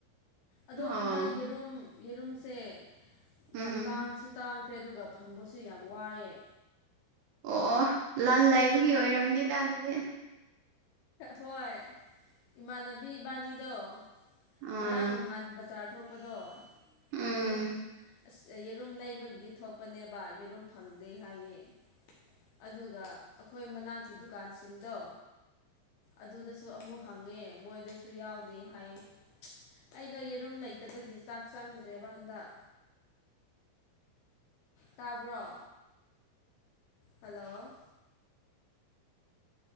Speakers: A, on the left; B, on the right.
A: ꯑꯗꯣ
B: ꯑꯣ
A: ꯍꯟꯗꯛ ꯌꯦꯔꯨꯝ ꯌꯦꯔꯨꯝꯁꯦ
B: ꯎꯝ
A: ꯌꯥꯝ ꯇꯥꯡꯁꯨ ꯇꯥꯡ ꯀ꯭ꯔꯦ ꯑꯗꯨꯒ ꯐꯪꯕꯁꯨ ꯌꯥꯝ ꯋꯥꯏꯌꯦ
B: ꯑꯣ ꯑꯣ ꯂꯥꯟ ꯂꯥꯏꯕꯒꯤ ꯑꯣꯏꯔꯝꯅꯤꯗ ꯑꯗꯨꯗꯤ
A: ꯍꯣꯏ ꯏꯃꯥꯟꯅꯕꯤ ꯏꯕꯥꯟꯅꯤꯗꯣ
B: ꯑꯥ
A: ꯉꯔꯥꯡ ꯉꯍꯥꯟ ꯕꯖꯥꯔ ꯊꯣꯛꯄꯗꯣ
B: ꯎꯝ
A: ꯌꯦꯔꯨꯝ ꯑꯁ ꯌꯦꯔꯨꯝ ꯂꯩꯕꯒꯤꯗꯤ ꯊꯣꯛꯄꯅꯦꯕ ꯌꯦꯔꯨꯝ ꯐꯪꯗꯦ ꯍꯥꯏꯌꯦ꯫ ꯑꯗꯨꯒ ꯑꯩꯈꯣꯏ ꯃꯅꯥꯛꯀꯤ ꯗꯨꯀꯥꯟꯁꯤꯡꯗꯣ ꯑꯗꯨꯗꯁꯨ ꯑꯃꯨꯛ ꯍꯪꯉꯦ ꯃꯣꯏꯗꯁꯨ ꯌꯥꯎꯗꯦ ꯍꯥꯏꯌꯦ꯫ ꯑꯩꯩꯗꯣ ꯌꯦꯔꯨꯝ ꯂꯩꯇꯕꯒꯤ ꯆꯥꯛ ꯆꯪꯗ꯭ꯔꯦꯕ ꯍꯟꯗꯛ꯫ ꯇꯥꯕ꯭ꯔꯣ ꯍꯜꯂꯣ